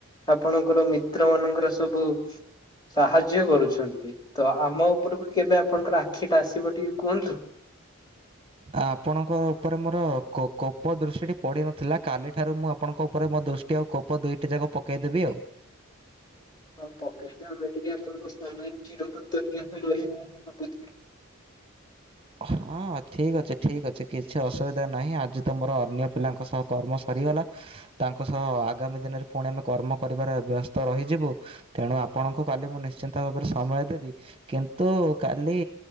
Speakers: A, on the left; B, on the right.
A: ଆପଣଙ୍କର ମିତ୍ର ମାନଙ୍କର ସବୁ ସାହାଯ୍ୟ କରୁଛନ୍ତି ତ ଆମ ଉପରକୁ କେବେ ଆପଣଙ୍କର ଆଖିଟା ଆସିବ ଟିକେ କୁହନ୍ତୁ
B: ଆପଣଙ୍କ ଉପରେ ମୋର କୋ କୋପ ଦୃଷ୍ଟି ପଡ଼ିନଥିଲା କାଲିଠାରୁ ମୁଁ ଆପଣଙ୍କ ଉପରେ ମୋ ଦୃଷ୍ଟି ଗୋଟି ଆଉ କୋପ ଦୁଇଟି ଯାକ ପକାଇ ଦେବି ଆଉ।
A: ହଁ ପକେଟ ଆମେ ଟିକେ ଆପଣଙ୍କ ସ୍ଥାନ ରେ ଚିରଉପକୃତ ହେଇକି ରହିବୁ। ଭାବୁଥିଲୁ।
B: ହଁ ଠିକ୍ ଅଛି ଠିକ୍ ଅଛି କିଛି ଅସୁବିଧା ନାହିଁ ଆଜି ତ ମୋର ଅନ୍ୟ ପିଲାଙ୍କ ସହ କର୍ମ ସରିଗଲା ତାଙ୍କ ସହ ଆଗାମୀ ଦିନରେ ପୁଣି ଆମେ କର୍ମ କରିବାରେ ବ୍ୟସ୍ତ ରହିଯିବୁ ତେଣୁ ଆପଣଙ୍କୁ କାଲି ମୁଁ ନିଶ୍ଚିନ୍ତ ଭାବରେ ସମୟ ଦେବି କିନ୍ତୁ କାଲି